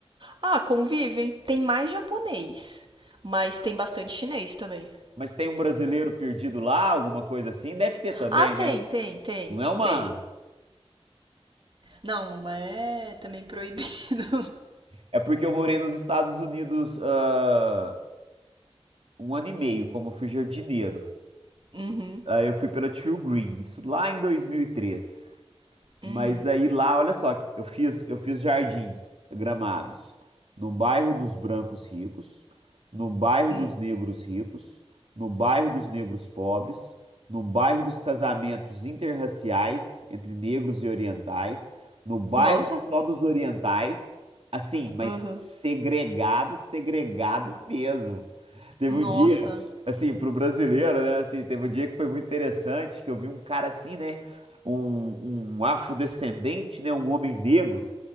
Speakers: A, on the right; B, on the right.
A: Ah, convivem. Tem mais japonês, mas tem bastante chinês também.
B: Mas tem um brasileiro perdido lá, alguma coisa assim? Deve ter também,
A: Ah, tem,
B: né?
A: tem, tem,
B: Não é uma.
A: tem. Não, não é também proibido. <laughs>
B: É porque eu morei nos Estados Unidos, ah, um ano e meio como eu fui jardineiro.
A: Uhum,
B: Aí eu fui pela True Green, isso lá em dois mil e três Mas
A: uhum,
B: aí lá, olha só, eu fiz, eu fiz jardins gramados no bairro dos brancos ricos, no bairro
A: uhum.
B: dos negros ricos, no bairro dos negros pobres, no bairro dos casamentos interraciais entre negros e orientais, no bairro
A: Nossa,
B: só dos orientais, assim, mas
A: Aham.
B: segregado, segregado mesmo. Teve
A: nossa.
B: um dia, assim, pro brasileiro, né? Assim, teve um dia que foi muito interessante, que eu vi um cara assim, né? Um, um afrodescendente, né? Um homem negro